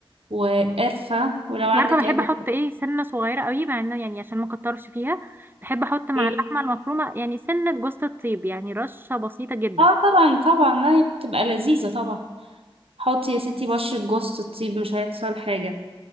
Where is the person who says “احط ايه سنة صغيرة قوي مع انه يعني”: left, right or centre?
Right